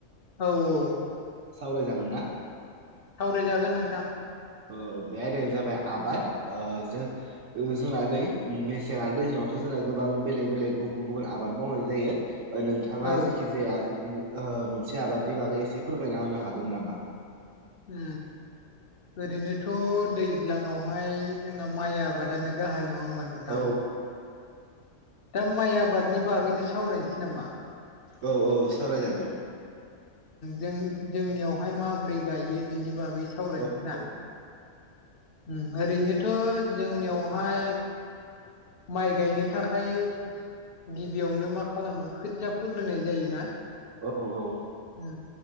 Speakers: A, on the left; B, on the right.
A: औ औ।
B: सावराय जागोन ना?
A: सावराय जागोन नोंथां।
B: ओ आयदायानो जाबाय आबाद। ओ जों ओ जोंना नै मेसें आरो दैज्लाङावथ' जोंना गोबां बेलेग बेलेग गुबुन गुबुन आबाद मावनाय जायो। नोंथाङा
A: औ
B: जायखिजाया ओ मोनसे आबादनि बागै एसे फोरमायना होनो हागोन नामा?
A: ओ। ओरैनोथ' दैज्लाङावहाय जोंना माइ आबादानो गाहाय नङा होनोमबा नोंथां।
B: औ
A: दा माइ आबादनि बागैनो सावरायनोसै नामा?
B: औ औ सावराय जागोन।
A: जों जोंनियावहाय माब्रै गायो बेनि बागै सावरायनोसै
B: औ औ
A: ना? ओ ओरैनोथ' जोंनियावहाय माइ गायनो थाखाय गिबियावनो मा खालामो खोथिया फोग्रोनाय जायोना?
B: औ औ।
A: ओ